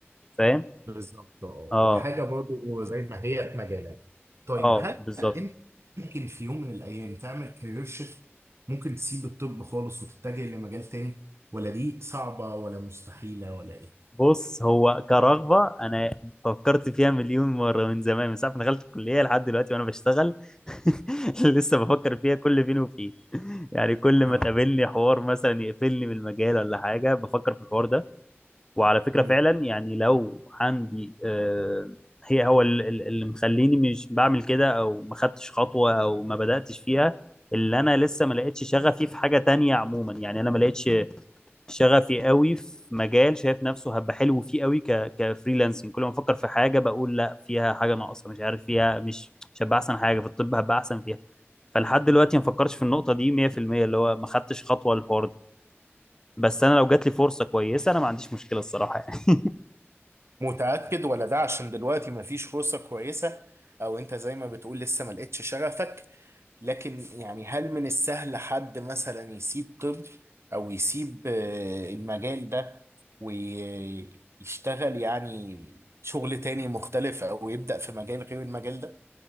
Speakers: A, on the left; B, on the right.
A: فاهم
B: بالظبط اه
A: اه
B: وحاجه برضو زي ما هي في مجالك طيب
A: اه
B: هل
A: بالظبط
B: انت ممكن في يوم من الايام تعمل كارير شيفت ممكن تسيب الطب خالص وتتجه لمجال تاني ولا دي صعبة ولا مستحيلة ولا ايه
A: بص هو كرغبة أنا فكرت فيها مليون مرة من زمان من ساعة ما دخلت الكلية لحد دلوقتي وأنا بشتغل <laughs> لسه بفكر فيها كل فين وفين يعني كل ما
B: اه
A: تقابلني حوار مثلا يقفلني من المجال ولا حاجة بفكر في الحوار ده وعلى فكرة
B: مم.
A: فعلا يعني لو عندي آه، هي هو ال- ال- اللي مخليني مش بعمل كده او ما خدتش خطوة او ما بدأتش فيها اللي انا لسه ما لقيتش شغفي في حاجة تانية عموما يعني انا ما لقيتش شغفي قوي في مجال شايف نفسه هبقى حلو فيه قوي ك كفريلانسنج كل ما افكر في حاجة بقول لا فيها حاجة ناقصة مش عارف فيها مش مش هبقى احسن حاجة في الطب هبقى احسن فيها فلحد دلوقتي ما فكرتش في النقطة دي 100% اللي هو ما خدتش خطوة للحوار ده بس انا لو جات لي فرصة كويسة انا ما عنديش مشكلة الصراحة يعني.
B: متأكد ولا ده عشان دلوقتي مفيش فرصة كويسة او انت زي ما بتقول لسه ما لقيتش شغفك لكن يعني هل من السهل حد مثلا يسيب طب او يسيب آه، المجال ده ويشتغل يعني شغل تاني مختلف او يبدأ في مجال غير المجال ده؟